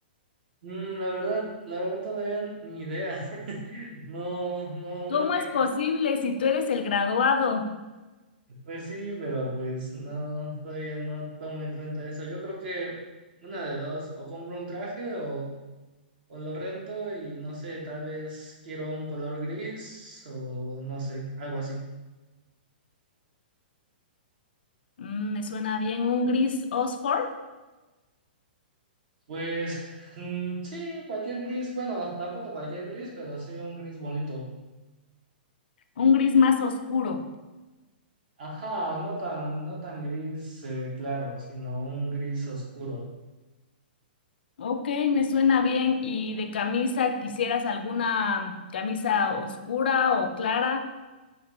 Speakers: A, on the right; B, on the left.
A: Mm, La verdad, la verdad todavía ni idea. <laughs> No, no,
B: ¿Cómo
A: nunca.
B: es posible si tú eres el graduado?
A: Pues sí, pero pues no, todavía no tomo en cuenta eso. Yo creo que una de dos, o compro un traje o, o lo rento y no sé, tal vez quiero un color gris o no sé, algo así.
B: Mm, me suena bien un gris Oxford.
A: Pues <laughs> mm, sí, cualquier gris, bueno, tampoco cualquier gris, pero sí un gris bonito.
B: Un gris más oscuro.
A: Ajá, no tan, no tan gris eh, claro, sino un gris oscuro.
B: Ok, me suena bien. ¿Y de camisa quisieras alguna camisa oscura o clara?